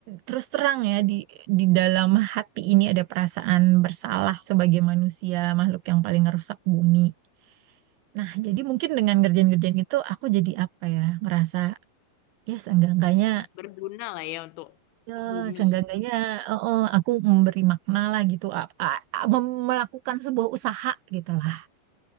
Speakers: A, on the right; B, on the left.
A: terus terang ya di di dalam hati ini ada perasaan bersalah sebagai manusia makhluk yang paling ngerusak bumi nah jadi mungkin dengan ngerjain-ngerjain itu aku jadi apa ya ngerasa ya seenggak-enggaknya
B: berguna lah ya untuk
A: ya
B: bumi.
A: seenggak-enggaknya oh, oh, aku memberi makna lah gitu ap- a- a- mem- melakukan sebuah usaha gitu lah